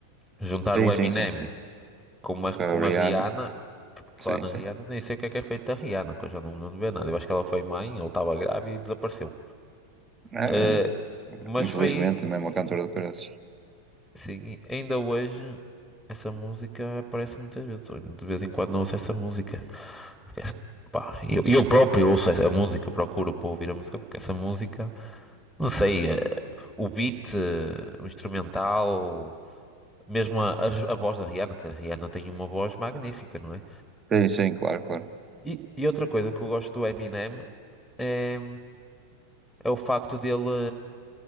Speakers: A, in the centre; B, on the right (about 20°).
A: Juntar
B: Sim,
A: o
B: sim,
A: Eminem
B: sim, sim.
A: com, uma,
B: com a
A: com
B: Rihanna.
A: a Rihanna. Falar
B: Sim,
A: na
B: sim.
A: Rihanna, nem sei o que é que é feito da Rihanna, que eu já não me lembro de ver nada. Eu acho que ela foi mãe ou estava grávida e desapareceu.
B: É,
A: Eh, mas
B: infelizmente,
A: foi.
B: também é uma cantora de preços.
A: Sim, e ainda hoje essa música aparece muitas vezes. Eu De vez em quando ouço essa música. Porque essa- pá, eu, eu próprio ouço essa música, procuro para ouvir a música, porque essa música, não sei, eh, o beat, eh, o instrumental, mesmo a, a, a voz da Rihanna, que a Rihanna tem uma voz magnífica, não é?
B: Sim, sim, claro, claro.
A: E, e outra coisa que eu gosto do Eminem é, é o facto dele,